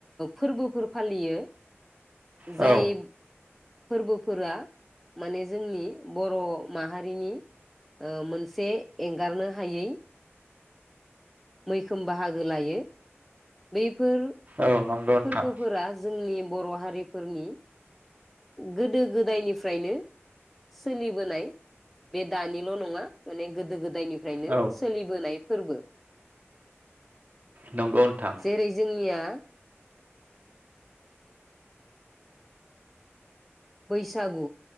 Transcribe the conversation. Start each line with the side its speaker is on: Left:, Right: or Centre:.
Centre: फोरबोफोर फालियो
Right: औ
Centre: जाय फोरबोफोरा माने जोंनि बर' माहारिनि मोनसे एंगारनो हायै मैखोम बाहागो लायो बैफोर
Right: औ नंगौ नोंथां
Centre: फोरबोफोरा जोंनि बर' हा रि फोरनि गोदो गोदायनिफ्रायनो सोलिबोनाय बे दानिल' नङा माने गोदो गोद दायनिफ्रायनो
Right: औ
Centre: सोलिबोनाय फोरबो
Right: नंगौ नोंथां
Centre: जेरै जोंनिया बैसागु